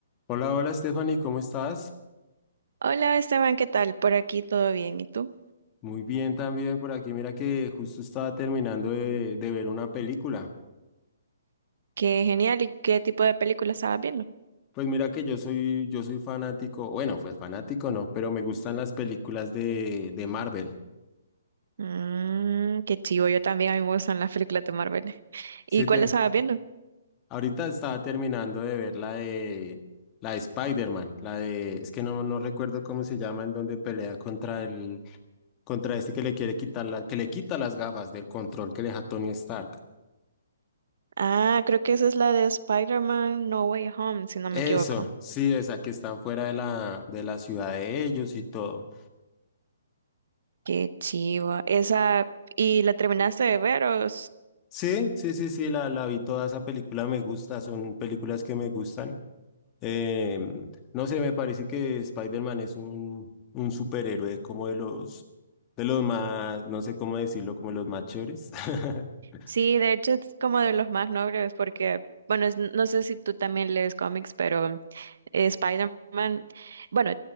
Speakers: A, on the left; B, on the right.
A: Hola, hola Stephanie, ¿cómo estás?
B: Hola Esteban, ¿qué tal? Por aquí todo bien. ¿Y tú?
A: Muy bien también por aquí. Mira que justo estaba terminando de, de ver una película.
B: Qué genial. ¿Y qué tipo de película estabas viendo?
A: Pues mira que yo soy, yo soy fanático, bueno, pues fanático no, pero me gustan las películas de, de Marvel.
B: Mmm, qué chivo. Yo también a mí me gustan las películas de Marvel.
A: Sí,
B: ¿Y cuál
A: te,
B: estabas viendo?
A: ahorita estaba terminando de ver la de la de Spider-Man, la de, es que no, no recuerdo cómo se llama, en donde pelea contra el, contra este que le quiere quitar la, que le quita las gafas del control que le deja Tony Stark.
B: Ah, creo que esa es la de Spider-Man No Way Home, si no
A: Eso,
B: me equivoco.
A: sí, esa que están fuera de la, de la ciudad de ellos y todo.
B: Qué chivo. Esa, ¿y la terminaste de ver o...?
A: Sí, sí, sí, sí, la, la vi toda esa película, me gusta, son películas que me gustan. Em, no sé, me parece que Spider-Man es un, un superhéroe como de los, de los más, no sé cómo decirlo, como de los más chéveres. <laughs>
B: Sí, de hecho es como de los más nobles porque, bueno, es- no sé si tú también lees cómics, pero eh, Spider-Man, bueno,